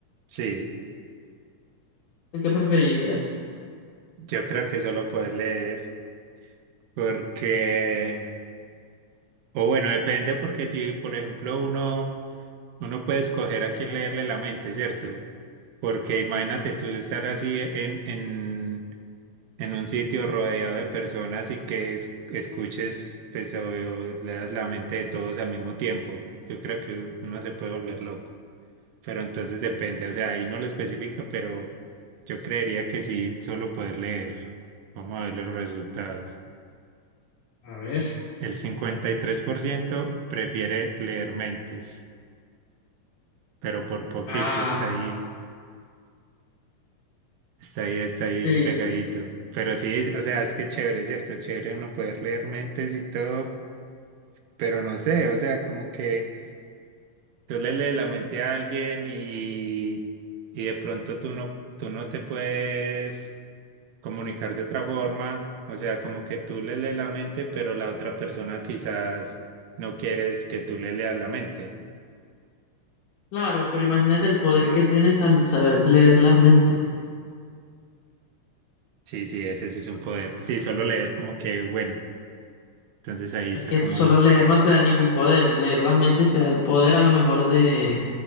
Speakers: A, on the right (about 80°); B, on the left (about 75°).
A: Sí,
B: ¿Tú ¿Qué preferirías?
A: yo creo que solo poder leer, porque O bueno, depende porque si, por ejemplo, uno, uno puede escoger a quién leerle la mente, ¿cierto? Porque imagínate tú estar así en, en, en un sitio rodeado de personas y que es- escuches, pues, o- o leas la mente de todos al mismo tiempo. Yo creo que uno se puede volver loco. Pero entonces depende, o sea, ahí no lo especifica, pero yo creería que sí, solo poder leer. Vamos a ver los resultados.
B: A ver.
A: El 53% prefiere leer mentes, pero por poquito
B: Ah,
A: está ahí, está ahí, está ahí
B: sí.
A: pegadito. Pero sí, o sea, es que chévere, ¿cierto? Chévere uno poder leer mentes y todo, pero no sé, o sea, como que tú le lees la mente a alguien y, y de pronto tú no, tú no te puedes comunicar de otra forma, o sea, como que tú le lees la mente, pero la otra persona quizás no quieres que tú le leas la mente.
B: Claro, pero imagínate el poder que tienes al saber leer las mentes.
A: Sí, sí, ese sí es un
B: O sea,
A: poder. Sí, solo leer como que, bueno, entonces ahí
B: es
A: está
B: que
A: como,
B: pues, solo leer no te da ningún poder. Leer las mentes te da el poder a lo mejor de,